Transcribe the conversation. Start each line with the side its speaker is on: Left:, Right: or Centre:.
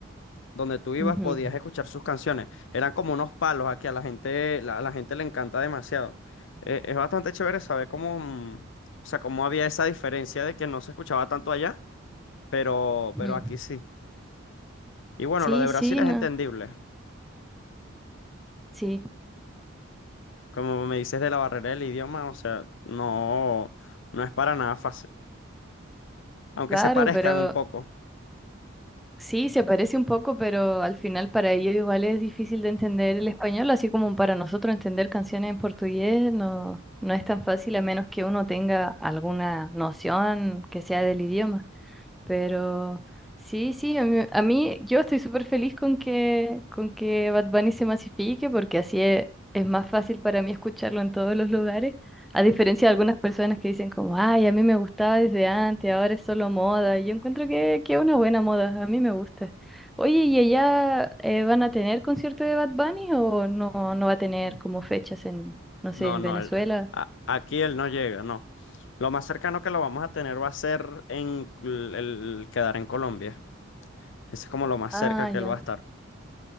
Left: donde tú ibas
Centre: ujú,
Left: podías escuchar sus canciones. Eran como unos palos aquí, a la gente, la, a la gente le encanta demasiado. Eh, es bastante chévere saber cómo, mm, o sea, cómo había esa diferencia de que no se escuchaba tanto allá, pero,
Centre: ujú.
Left: pero aquí sí. Y bueno,
Centre: Sí,
Left: lo de
Centre: sí,
Left: Brasil es
Centre: no,
Left: entendible.
Centre: sí,
Left: Como me dices de la barrera del idioma, o sea, no, no es para nada fácil. Aunque
Centre: claro,
Left: se parezcan
Centre: pero
Left: un poco.
Centre: sí, se parece un poco, pero al final para ellos igual es difícil de entender el español, así como para nosotros entender canciones en portugués no, no es tan fácil a menos que uno tenga alguna noción que sea del idioma. Pero sí, sí, a mí, a mí- yo estoy súper feliz con que, con que Bad Bunny se masifique porque así es, es más fácil para mí escucharlo en todos los lugares, a diferencia de algunas personas que dicen como, ay, a mí me gustaba desde antes, ahora es solo moda. y Yo encuentro que, que es una buena moda, a mí me gusta. Oye, ¿y allá eh, van a tener concierto de Bad Bunny o no, no va a tener como fechas en, no sé,
Left: No,
Centre: en
Left: no,
Centre: Venezuela?
Left: el- a- aquí él no llega, no. Lo más cercano que lo vamos a tener va a ser en cl- el quedar en Colombia. Ese es como lo más
Centre: Ah,
Left: cerca que
Centre: ya.
Left: él va a estar.